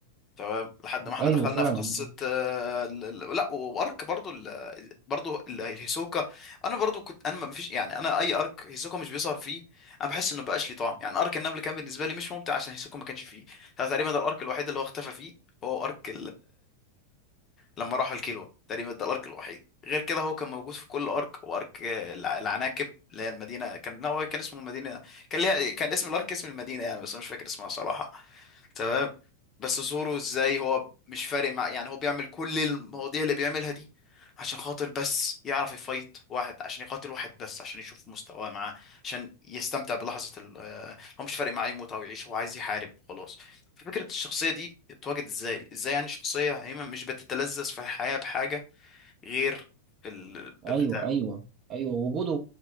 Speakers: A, on the left; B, on the right.
A: تمام لحد ما احنا
B: ايوه
A: دخلنا
B: فعلا
A: في قصة آه، ال- ال- لا وارك برضو ال... برضو ال- هيسوكا انا برضو كنت انا ما فيش يعني انا اي ارك هيسوكا مش بيظهر فيه انا بحس انه مبقاش ليه طعم يعني ارك النمل كان بالنسبة لي مش ممتع عشان هيسوكا ما كانش فيه ده تقريبا ده الارك الوحيد اللي هو اختفى فيه هو ارك لما راحوا الكيلوا تقريبا ده الارك الوحيد غير كده هو كان موجود في كل ارك وارك آه، الع- العناكب اللي هي المدينه كان هو كان اسمه مدينه كان ليها كان اسم الارك اسم المدينه يعني بس أنا مش فاكر اسمها صراحه تمام بس زورو ازاي هو مش فارق مع يعني هو بيعمل كل المواضيع اللي بيعملها دي عشان خاطر بس يعرف يفايت واحد عشان يقاتل واحد بس عشان يشوف مستواه معاه عشان يستمتع بلحظة ال آه، هو مش فارق معاه يموت او يعيش هو عايز يحارب وخلاص فكرة الشخصية دي اتواجد ازاي ازاي يعني شخصية هي مش بتتلذذ في الحياة بحاجة غير بال... بالقتال
B: ايوه ايوه ايوه وجوده